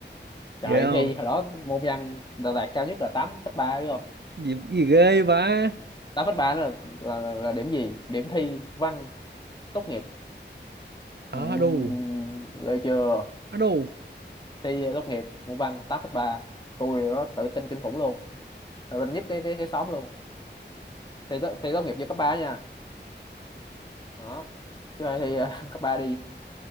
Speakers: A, on the left (about 25°); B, on the right (about 65°).
A: trời
B: ghê
A: điểm
B: không
A: thi hồi đó môn văn đã đạt cao nhất là tám phẩy ba đúng không
B: gì, gì ghê vậy
A: tám phẩy ba đó là, là là là điểm gì điểm thi văn tốt nghiệp
B: ba
A: Ừm,
B: à, đù
A: ghê chưa
B: à, đù
A: thi tốt nghiệp môn văn tám phẩy ba tôi đó tự tin kinh khủng luôn tự tin nhất cái cái cái xóm luôn thi tốt, thi tốt nghiệp vô cấp ba nha đó chứ ai thi ờ, <laughs> cấp ba đi